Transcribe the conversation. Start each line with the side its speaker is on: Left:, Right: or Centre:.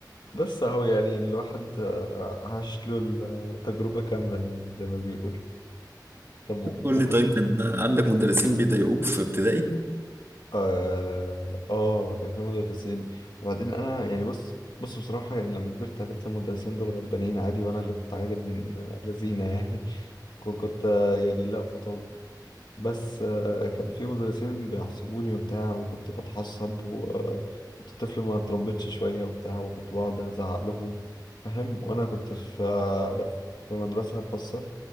Left: بس اهو يعني الواحد آه، عاش له التجربة كاملة يعني زي ما بيقول طب و-
Right: قول
Left: وكنت
Right: لي طيب كان عندك مدرسين بيضايقوك في ابتدائي
Left: آه, اه كان في مدرسين وبعدين انا يعني بص بص بصراحة يعني لما كبرت عرفت المدرسين دول غلبانين عادي وانا اللي كنت عادي ابن لذينة يعني <laughs> كنت آه، يعني لا أطاق بس آه، كان في مدرسين بيعصبوني وبتاع وكنت بتعصب وكنت طفل ما اتربيتش شوية وبتاع وكنت بقعد أزعق لهم فاهم وأنا كنت في آه، في مدرسة خاصة